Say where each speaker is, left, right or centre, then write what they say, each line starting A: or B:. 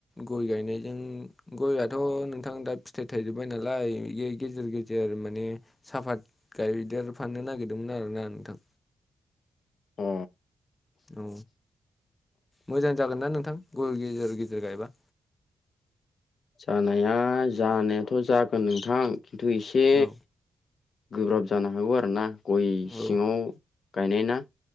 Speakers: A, on the left (about 25°); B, on the left (about 65°).
A: गय गायनायजों गयआथ नोंथां दा फिथाइ थायजोबबाय नालाय बे गेजेर गेजेर माने साफात गायदेर फाननो नागिरदोंमोन आरोना नोंथां
B: अ
A: औ मोजां जागोननाा नोंथां गय गेजेर गदेर गायबा
B: जानाया जानायाथ जागोन नोंथां खिन्थु एसे
A: औ
B: गोब्राब जानो हागौ आरो ना गय
A: औ
B: सिङाव गायनाय ना